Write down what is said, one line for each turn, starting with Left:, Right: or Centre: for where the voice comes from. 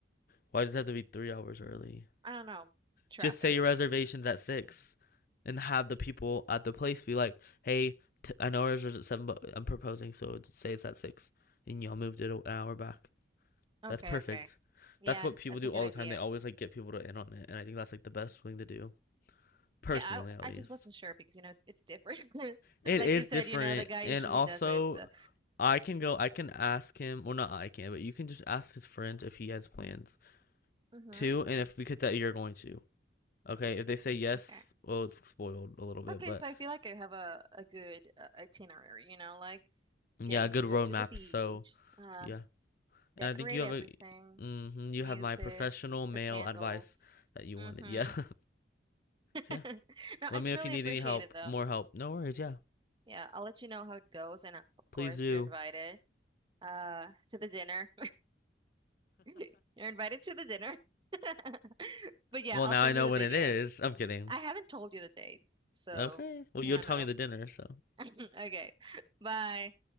Left: Why does it have to be three hours early?
Right: I don't know. Traffic.
Left: Just say your reservation's at six, and have the people at the place be like, "Hey, t I know ours was at seven, but I'm proposing, so it's, say it's at six, and y'all moved it an hour back."
Right: Okay,
Left: That's perfect.
Right: okay. Yeah,
Left: That's what people
Right: that's
Left: do
Right: a good
Left: all
Right: idea.
Left: the time. They always like get people to in on it, and I think that's like the best thing to do, personally
Right: Okay, I
Left: at
Right: I
Left: least.
Right: just wasn't sure because you know it's it's different. <laughs>
Left: It
Right: Like
Left: is
Right: you said,
Left: different,
Right: you know, the guy usually
Left: and also
Right: does it. So,
Left: I can go. I can ask him. Well, not I can, but you can just ask his friends if he has plans
Right: hmm
Left: too, and if because that you're going to. Okay, if they say yes,
Right: Okay.
Left: well, it's spoiled a little bit,
Right: Okay,
Left: but
Right: so I feel like I have a a good uh, itinerary, you know, like
Left: yeah,
Right: getting
Left: good
Right: to go
Left: roadmap.
Right: to the beach,
Left: So
Right: uh,
Left: yeah,
Right: decorate
Left: and I think you have
Right: everything,
Left: a, hmm you
Right: music,
Left: have my professional male
Right: the candles.
Left: advice that you
Right: Mm-hmm.
Left: wanted. Yeah, <laughs> so
Right: <laughs>
Left: yeah.
Right: No,
Left: Let
Right: I
Left: me
Right: truly
Left: know if you need
Right: appreciate
Left: any help,
Right: it though.
Left: more help. No worries. Yeah.
Right: Yeah, I'll let you know how it goes, and uh, of course,
Left: Please do.
Right: you're invited uh to the dinner. <laughs> You're invited to the dinner. <laughs> But yeah,
Left: Well,
Right: I'll
Left: now
Right: send
Left: I know
Right: you the
Left: when
Right: video.
Left: it is. I'm kidding.
Right: I haven't told you the date, so
Left: Okay. Well,
Right: you
Left: you'll
Right: don't
Left: tell
Right: know.
Left: me the dinner,
Right: <clears throat> <laughs>
Left: so
Right: Okay, <laughs> bye.